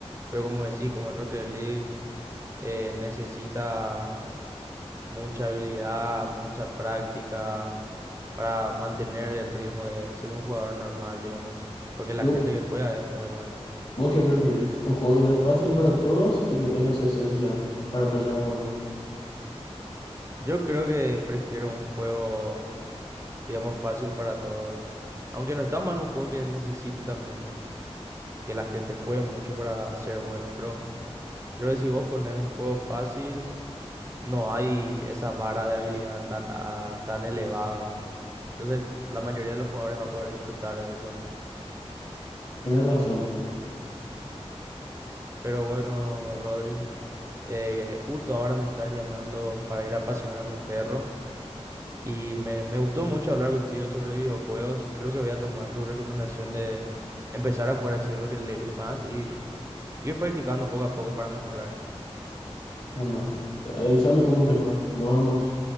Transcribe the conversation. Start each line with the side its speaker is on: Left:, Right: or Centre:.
Right: Pero como decís, como el Rocket League eh, necesita mucha habilidad, mucha práctica para mantener el ritmo de ser un jugador normal, digamos, porque la
Left: Yo
Right: gente que juega es muy buena.
Left: ¿Vos qué preferís? ¿Un juego que sea fácil para todos o que tenga su esencia para aprender a jugar?
Right: Yo creo que prefiero un juego, digamos, fácil para todos. Aunque no está mal un juego que necesite también que la gente juegue mucho para ser bueno, pero creo que si vos pones un juego fácil, no hay esa vara de habilidad tan, ah, tan elevada. Entonces, la mayoría de los jugadores va a poder disfrutar de eso.
Left: Tenés razón.
Right: Pero bueno, Rodri, Eh, justo ahora me están llamando para ir a pasear a mi perro y me, me gustó mucho hablar contigo sobre videojuegos y creo que voy a tomar tu recomendación de empezar a jugar así Rocket League más y ir practicando poco a poco para mejorar.
Left: Bueno, avísame cómo te fue. Nos vemos.